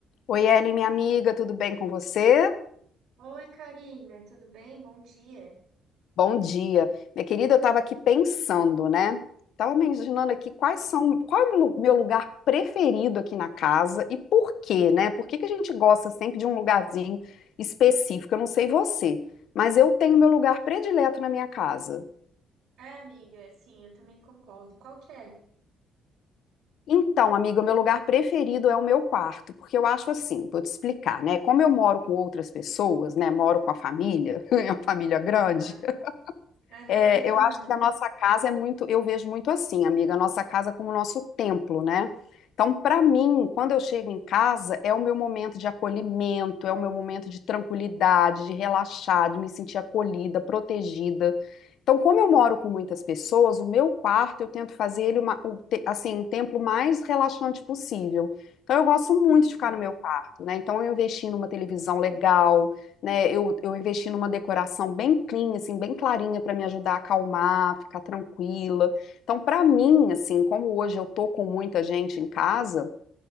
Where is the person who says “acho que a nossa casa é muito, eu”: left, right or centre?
Left